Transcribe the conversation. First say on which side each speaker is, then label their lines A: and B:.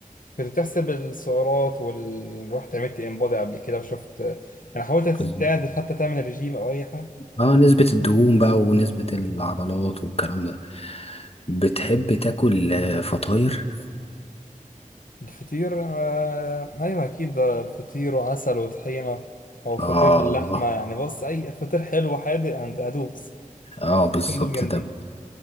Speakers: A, on the left (about 75°); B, on the left (about 45°).
A: كنت بتحسب السعرات وال رحت عملت انبادي قبل كده وشفت يعني حاولت
B: بس-
A: تعدل حتى تعمل ريجيم أو أي حاجة
B: اه نسبة الدهون بقى ونسبة العضلات والكلام ده بتحب تاكل آه، فطاير
A: الفطير آه... أيوه أكيد ده فطير وعسل وطحينة أو فطير
B: اه
A: باللحمة يعني بص أي فطير حلو حادق هند- هدوس
B: اه بالظبط
A: الاتنين دول جامدين
B: ده